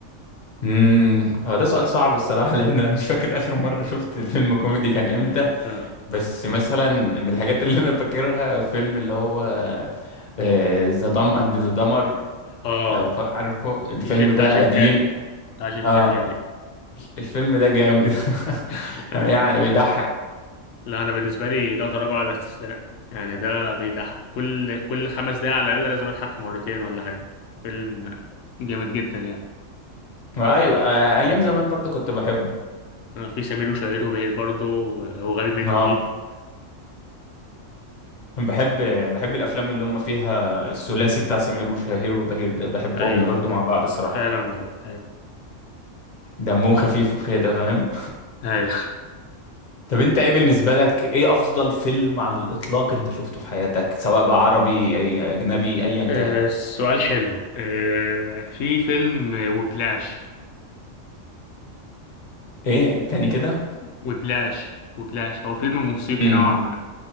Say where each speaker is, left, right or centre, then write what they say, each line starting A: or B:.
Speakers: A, on the left; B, on the left.
A: امم هو ده سؤال صعب الصراحه لان انا مش فاكر اخر مره شفت فيلم كوميدي
B: <laughs>
A: كان امتى
B: اه
A: بس مثلا من الحاجات اللي انا فاكرها فيلم اللي هو آه، ذا دام اند ذا دمر
B: آه،
A: لو فا- عارفه الفيلم
B: جي- بتاع
A: ده
B: جيم
A: قديم
B: كاري بتاع جيم
A: اه
B: كاري اي
A: الفيلم ده جامد <laughs>
B: <laughs>
A: يعني بيضحك
B: لا انا بالنسبة لي لا تراجع ولا استسلام يعني ده بيضحك كل كل خمس دقايق على الاقل لازم اضحك مرتين ولا حاجة فيلم جامد جدا يعني
A: ايوه آه، ايام
B: لكن
A: زمان برضو كنت بحبه
B: آه، في سمير وشهير وبهير برضه وغبي منه
A: اه
B: فيه
A: بحب بحب الافلام اللي هم فيها الثلاثي بتاع سمير وشهير وبهير ده بحبهم
B: ايوه
A: برضو مع بعض الصراحه
B: فعلا والله
A: دمهم خفيف وكده فاهم
B: هاي
A: طب انت ايه بالنسبة لك ايه افضل فيلم على الاطلاق انت شفته في حياتك سواء بقى عربي أي- اجنبي ايا كان
B: آه، سؤال حلو آه، في فيلم وبلاش
A: ايه التاني كده
B: وبلاش وبلاش هو فيلم موسيقي
A: امم
B: نوعا ما